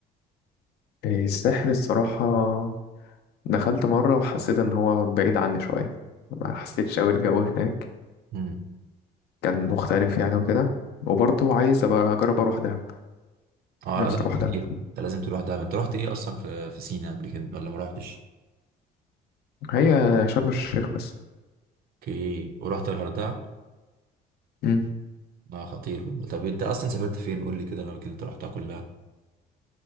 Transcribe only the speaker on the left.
إيه، الساحل الصراحة دخلت مرة وحسيت ان هو بعيد عني شوية ما حسيتش اوي الجو هناك
كان مختلف يعني وكده وبرضه عايز ابقى اجرب اروح دهب
نفسي
اروح دهب
هي شرم الشيخ بس
مم.